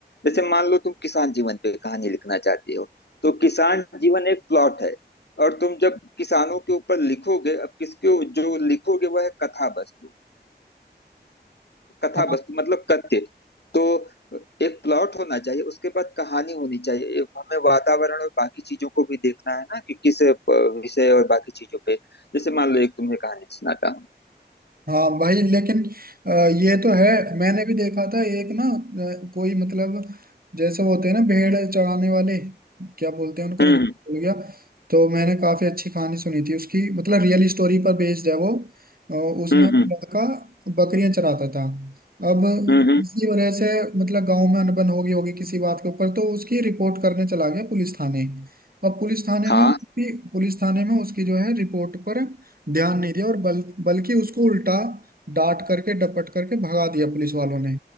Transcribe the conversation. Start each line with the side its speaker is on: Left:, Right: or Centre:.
Left: जैसे मान लो तुम किसान जीवन पे कहानी लिखना चाहते हो तो किसान जीवन एक प्लॉट है और तुम जब किसानों के ऊपर लिखोगे अब किसके जो लिखोगे वह है कथा वस्तु कथा
Right: हाँ
Left: वस्तु मतलब कथ्य तो एक प्लॉट होना चाहिए उसके बाद कहानी होनी चाहिए एक हमें वातावरण और बाकी चीजों को भी देखना है ना कि किस अ, विषय और बाकी चीजों पे जैसे मान लो एक तुम्हें कहानी सुनाता हूँ
Right: हाँ भाई लेकिन अ, ये तो है मैंने भी देखा था एक ना अ, कोई मतलब जैसे वो होते हैं ना भेड़ चराने वाले क्या बोलते हैं उनको
Left: हम्म
Right: मैं भूल गया तो मैंने काफी अच्छी कहानी सुनी थी उसकी मतलब रियल स्टोरी पर बेस्ड है वो अ, उसमें
Left: हम्म
Right: वो
Left: हम्म
Right: लड़का बकरियां चराता था अब
Left: हम्म, हम्म।
Right: इसी वजह से मतलब गांव में अनबन हो गई होगी किसी बात के ऊपर तो उसकी रिपोर्ट करने चला गया पुलिस थाने अब पुलिस थाने
Left: हाँ
Right: में उसकी पुलिस थाने में उसकी जो है रिपोर्ट पर ध्यान नहीं दिया और बल बल्कि उसको उल्टा डांट करके डपट करके भगा दिया पुलिस वालों ने